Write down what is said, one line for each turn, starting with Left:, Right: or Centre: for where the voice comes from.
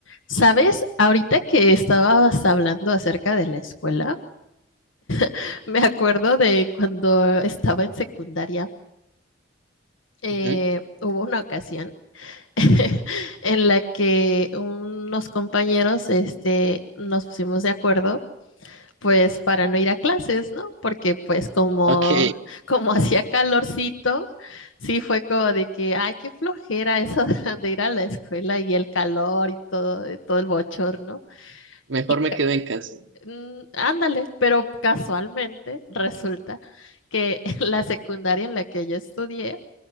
Left: ¿Sabes? Ahorita que estabas hablando acerca de la escuela, <laughs> me acuerdo de cuando estaba en secundaria, eh,
Right: Ujú.
Left: hubo una ocasión <laughs> en la que unos compañeros, este, nos pusimos de acuerdo, pues, para no ir a clases, ¿no? Porque, pues, como,
Right: Ok,
Left: como <laughs> hacía calorcito, sí fue como de que, ay, qué flojera eso <laughs> de ir a la escuela y el calor y todo, todo el bochorno.
Right: mejor
Left: Y
Right: me quedo en casa.
Left: Mm, Ándale, pero casualmente resulta que <laughs> la secundaria en la que yo estudié